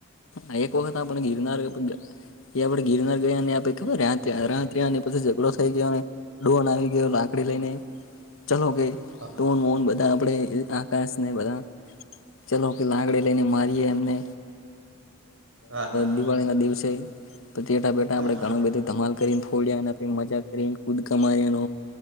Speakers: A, on the left; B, on the right.
A: અયકોક વખત આપણે ગીરનાર એ આપડે ગિરનાર ગયા ને આપે ખબર રાત રહયા ને પછી ઝઘડો થઈ ગયો અને ડોન આવી ગયો લાકડી લને ચલો કે
B: હા
A: તોન મોન બધા આપે આકાશને બધા ચલો કે લાંગડે લઈને મારીએ એમને
B: હા હા
A: દિવાળી ના દિવસે તો ચેટા પેટા આપડે
B: હા હા
A: ઘણું બધું ધમાલ કરીને ખોડિયાને આપી મજા કરી કુદકા મારીને